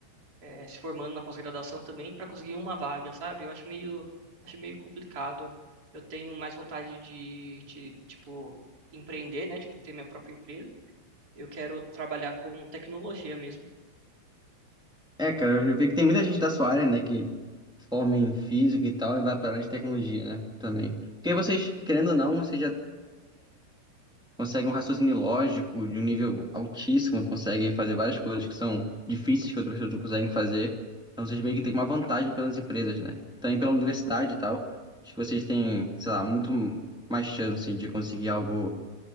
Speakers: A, on the right; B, in the centre.
A: eh, se formando na pós-graduação também para conseguir uma vaga, sabe? Eu acho meio, acho meio complicado. Eu tenho mais vontade de, de, tipo, empreender, né? Tipo, ter minha própria empresa. Eu quero trabalhar com tecnologia mesmo,
B: É, cara, eu vi que tem muita gente da sua área, né, que forma em física e tal e vai para a área de tecnologia, né, também. Porque vocês, querendo ou não, vocês já consegue um raciocínio lógico de um nível altíssimo, consegue fazer várias coisas que são difíceis que outras pessoas não conseguem fazer. Então vocês meio que têm uma vantagem pelas empresas, né? Também pela universidade e tal. Acho que vocês têm, sei lá, muito mais chance de conseguir algo,